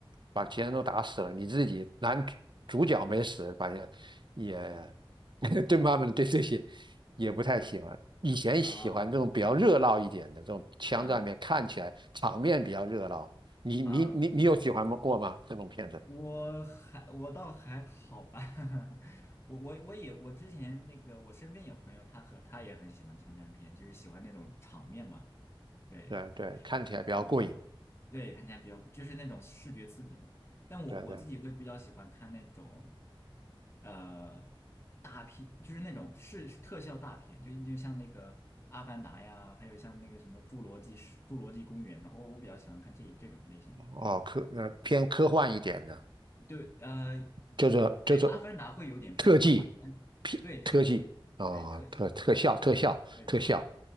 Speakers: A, on the right; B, on the left.
A: 把其他人都打死了，你自己男主主角没死，反正也 <laughs> 对慢慢的对这些也不太喜欢。以前喜欢这种比较热闹一点的这种枪战片，
B: 啊啊啊
A: 看起来场面比较热闹。你你你你有喜欢过吗？
B: 啊啊！啊
A: 这种片子？
B: 我还我倒还好吧，<laughs> 我我我也我之前那个我身边有朋友，他和他也很喜欢枪战片，就是喜欢那种场面嘛，对
A: 对对，看起来比较过瘾。
B: 对对对，对，看起来比较就是那种视觉刺激嘛。但我我自己会比较喜欢看那种
A: 对对，
B: 呃大片，就是那种是特效大片，就就像那个《阿凡达》呀，还有像那个什么《侏罗纪侏罗纪公园》呢，我我比较喜欢看这这种类型的。
A: 哦，科呃偏科幻一点的，
B: 对，呃，
A: 就是就是
B: 对，《阿凡达》会有点偏科幻，
A: 特技，
B: 但对特技、
A: 偏特技哦，
B: 对特效，
A: 特特效特效特效。
B: 那对，对对对